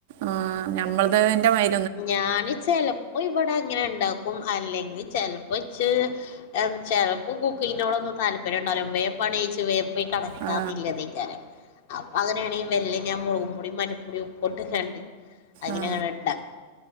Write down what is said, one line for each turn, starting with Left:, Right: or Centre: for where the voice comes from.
Right: ആഹ് ഞമ്മള്ദ് എന്റെവയി
Left: ഞാന് ചെലപ്പൊ ഇവടെങ്ങനെ ഇണ്ടാക്കും അല്ലെങ്കി ചെൽപ്പൊച്ച് ചെലപ്പൊ കുക്കിങ്ങിനോടൊന്നും താല്പര്യംണ്ടാവൂല. വേംപണെയ്ച് വേം പോയി കടക്കാവല്യനയിക്കാരം.
Right: ആ
Left: അപ്പൊ അങ്ങനെയാണെ മെല്ലെ ഞാൻ മൊളക്പൊടിം മഞ്ഞപ്പൊടി ഉപ്പുട്ട്ങ്ങാട്ട് അങ്ങെനെഇണ്ടാക്കും.
Right: ആ